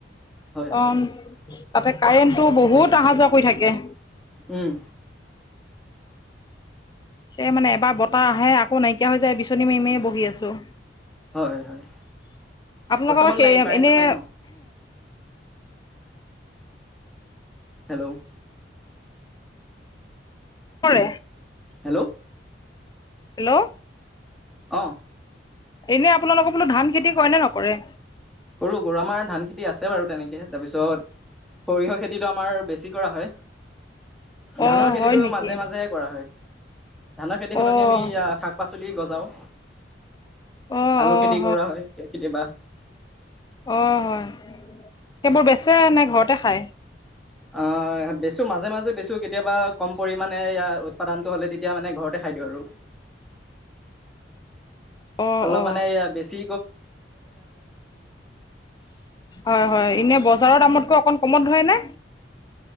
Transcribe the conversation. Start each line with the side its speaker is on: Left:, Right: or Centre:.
Centre: হয়।
Left: অ', তাতে কাৰেণ্টটো বহুত অহা যোৱা কৰি থাকে।
Centre: উম।
Left: হে মানে, এবাৰ বতাহ আহে আ ক' নাইকিয়া হৈ যায়, বিচনী মাৰি মাৰীয়ে বহি আছো।
Centre: হয় হয়
Left: আপোনোকৰ
Centre: বৰ্তমান
Left: বা, সেৰি
Centre: লাইন কাৰেণ্টটো
Left: এনে
Centre: নাই ন হেল্ল'।
Left: <inaudible>
Centre: হেল্ল'।
Left: হেল্ল'।
Centre: অ।
Left: এনেই আপোনালোকৰ বোলো, ধান খেতি কৰে নে নকৰে?
Centre: কৰো-কৰো, আমাৰ ধান খেতি আছে বাৰু তেনেকে, তাৰপিছত সৰিয়হ খেতি টো, আমাৰ বেছি কৰা হয়। ধানৰ
Left: অঁ
Centre: খেতিটো
Left: হয় নেকি
Centre: মাজে-মাজেহে কৰা হয়। ধানৰ খেতি সলনি,
Left: অঁ
Centre: আমি শাক-পাচলি গজাও।
Left: অ
Centre: আলু
Left: অ
Centre: খেতি কৰা হয়। কেতিয়াবা
Left: অ', হয়। সেইবোৰ বেচে নে, ঘৰতে খাই?
Centre: অ', বেছু, মাজে-মাজে বেছু, কেতিয়াবা কম পৰিমানে উৎপাদনটো হ'লে, তেতিয়া মানে ঘৰতে খা খাই দিওঁ আৰু।
Left: অ
Centre: অলপ
Left: অ
Centre: মানে, বেছি
Left: হয়-হয়, এনে বজাৰৰ দামতকৈ অকণমান কমত ধৰেনে?।